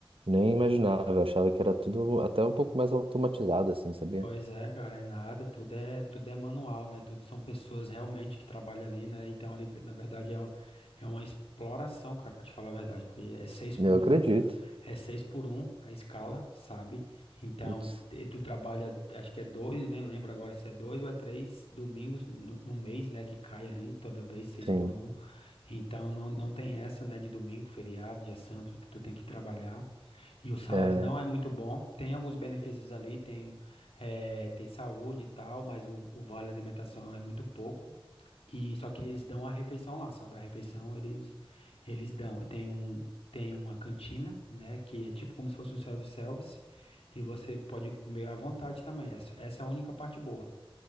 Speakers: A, on the right (about 65°); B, on the left (about 85°).
A: nem imaginava, eu achava que era tudo até um pouco mais automatizado, assim, sabia?
B: Pois é, cara, é nada, tudo é, tudo é manual, né? Tudo são pessoas realmente que trabalham ali, né? Então ali, na verdade, é, uma- é uma exploração, cara, pra te falar a verdade, porque é seis por
A: Eu acredito.
B: um, é seis por um a escala, sabe? Então,
A: Putz,
B: te- tu trabalha, acho que é dois, nem lembro agora se é dois ou é três domingos no, no mês, né? Que cai ali toda vez seis
A: sim.
B: por um. Então, não, não tem essa, né? De domingo, feriado, dia santo, tu tem que trabalhar. E o salário
A: é.
B: não é muito bom. Tem alguns benefícios ali, tem, eh, tem saúde e tal, mas o, o vale alimentação é muito pouco. E só que eles dão a refeição lá, sabe? A refeição eles eles dão. Tem um tem uma cantina, né, que é tipo como se fosse um self-service e você pode comer à vontade também. Essa, essa é a única parte boa,